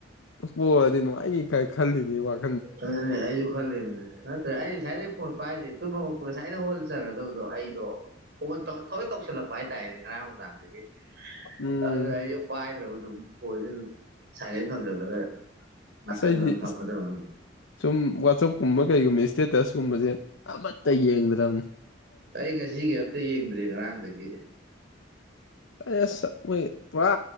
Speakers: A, on the left; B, on the right.
A: ꯄꯣꯔꯗꯤ ꯅꯨꯡꯉꯥꯏꯅꯤ ꯀꯥꯏ ꯈꯜꯂꯤꯅꯤ ꯋꯥꯈꯜ
B: ꯑꯗꯨꯅꯦ ꯑꯩꯁꯨ ꯈꯜꯂꯤꯅꯤ ꯅꯠꯇ꯭ꯔꯦ ꯑꯩ ꯉꯁꯥꯏꯗꯩ ꯐꯣꯟ ꯄꯥꯏꯗꯦ ꯇꯨꯝ ꯍꯧꯒꯠꯄꯒ ꯉꯁꯥꯏꯅ ꯍꯧꯒꯠ ꯆꯔꯗꯕꯗꯣ ꯑꯩꯗꯣ ꯐꯣꯟ ꯊꯑꯣꯏ ꯇꯧꯁꯤꯜꯂꯛꯄ ꯍꯥꯏꯇꯥꯔꯦ ꯉꯔꯥꯡ ꯅꯨꯡꯗꯥꯡꯗꯒꯤ
A: ꯎꯝ
B: ꯑꯗꯨꯗ ꯑꯩꯁꯨ ꯄꯥꯏꯗ꯭ꯔꯕ ꯑꯗꯨꯝ ꯐꯣꯟꯁꯤ ꯑꯗꯨꯝ ꯁꯥꯏꯂꯦꯟ ꯊꯝꯖꯤꯜꯂꯒ ꯅꯥꯀꯟꯗ
A: ꯑꯁ ꯑꯩꯗꯤ
B: ꯑꯗꯨꯝ ꯊꯝꯃ ꯊꯝꯃ
A: ꯁꯨꯝ ꯋꯥꯆꯞꯀꯨꯝꯕ ꯀꯩꯒꯨꯝꯕ ꯏꯁꯇꯦꯇꯁ ꯀꯨꯝꯕꯁꯦ ꯑꯃꯠꯇ ꯌꯦꯡꯗ꯭ꯔꯝꯅꯦ
B: ꯑꯩ ꯉꯁꯤꯒꯤ ꯑꯝꯇ ꯌꯦꯡꯗ꯭ꯔꯦ ꯉꯔꯥꯡꯗꯒꯤ
A: ꯑ ꯄꯨꯥ